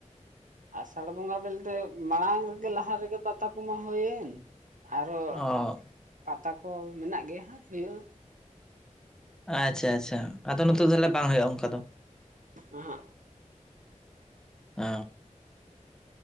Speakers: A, on the right; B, in the centre.
A: ᱟᱥᱟᱲ ᱵᱚᱸᱜᱟ ᱵᱚᱞᱛᱮ, ᱢᱟᱲᱟᱝ ᱨᱮᱜᱮ ᱞᱟᱦᱟ ᱨᱮᱜᱮ ᱯᱟᱛᱟ ᱠᱚᱢᱟ ᱦᱩᱭᱮᱱ ᱟᱨᱚ
B: ᱚ
A: ᱯᱟᱛᱟ ᱠᱚ ᱢᱮᱱᱟᱜ ᱜᱮᱭᱟ ᱦᱟᱜ ᱦᱩᱭᱩᱜ-ᱟ᱾
B: ᱟᱪᱪᱷᱟ ᱟᱪᱪᱷᱟ ᱟᱫᱚ ᱱᱚᱛᱮ ᱫᱚ ᱛᱟᱦᱮ ᱵᱟᱝ ᱦᱩᱭᱩᱜ-ᱟ᱾ ᱚᱱᱠᱟ ᱫᱚ
A: ᱮᱦᱮ
B: ᱚᱻ